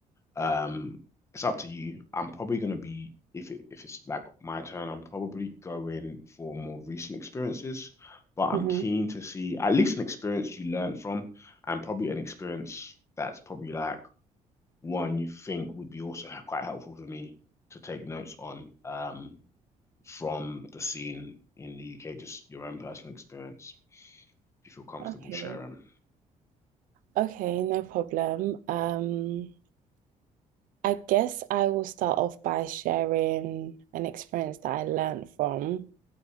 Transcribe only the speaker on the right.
hmm
Okay.
Okay, no problem. Um, I guess I will start off by sharing an experience that I learned from.